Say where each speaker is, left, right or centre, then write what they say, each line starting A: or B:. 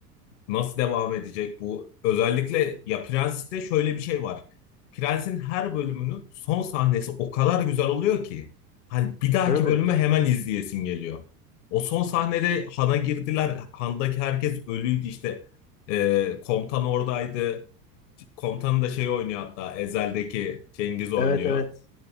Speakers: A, on the left; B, on the left.
A: Nasıl devam edecek bu? Özellikle ya Prens'te şöyle bir şey var. Prens'in her bölümünün son sahnesi o kadar güzel oluyor ki hani bir dahaki
B: evet.
A: bölümü hemen izleyesin geliyor. O son sahnede Han'a girdiler. Han'daki herkes ölüydü işte. Ee, komutan oradaydı. Komutanı da şey oynuyor hatta Ezel'deki Cengiz oynuyor.
B: Evet evet.